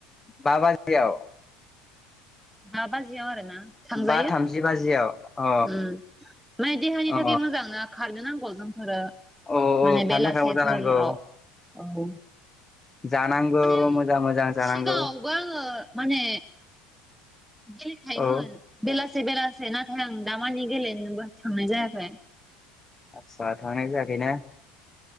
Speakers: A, on the left; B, in the centre.
A: बा बाजियाव।
B: मा बाजियाव आरो ना थांजायो।
A: बा थामजि बाजियाव अ
B: उ माने देहानि
A: अ
B: थाखाय मोजां ना खारनो नांगौ जों। आरो
A: औ
B: माने
A: थानो
B: बेलासेफोराव
A: थाखाय मोजां नांगौ
B: औ।
A: जानांगौ
B: माने
A: मोजां मोजां जानांगौ
B: सिगाङावबा आङो। माने गेलेखायोमोन
A: औ
B: बेलासि। से बेलासेै नाथाय आं दामानि गेलेनोबो थांनाय जायाखै।
A: आस्सा थांनाय जायाखै ना।